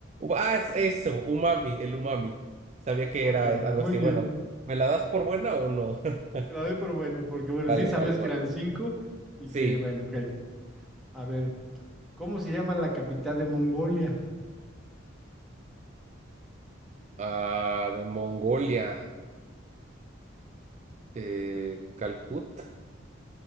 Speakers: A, on the right; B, in the centre.
A: Ah, es eso, umami, el umami. Sabía que
B: Ok,
A: era algo
B: muy
A: así.
B: bien.
A: Bueno, ¿me la das por buena o no? <laughs>
B: Te la doy por buena, porque bueno,
A: Vale,
B: sí sabías
A: vale, vale.
B: que eran cinco y
A: Sí.
B: que, bueno, ok. A ver, ¿cómo se llama la capital de Mongolia?
A: Ah, de Mongolia. Eh, Calcut.